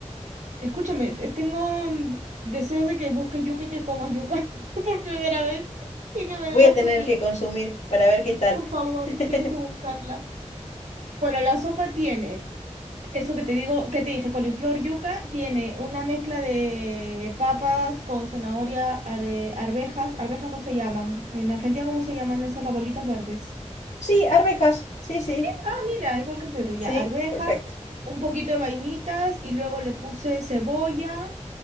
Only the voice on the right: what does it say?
Escúchame, te- tengo mm, deseos de que busques yuca y que comas yuca <laughs> por primera vez y que me
digas
qué opinas.
Por favor,
tienes que buscarla. Bueno, la sopa tiene Eso que te digo, que te dije, coliflor yuca tiene una mezcla de papas con zanahoria, are- arvejas, arvejas no se llaman. En Argentina, ¿cómo se llaman esas las bolitas verdes?
Ah, mira, igual que en Perú,
ya, arvejas,
un poquito de vainitas y luego le puse cebolla,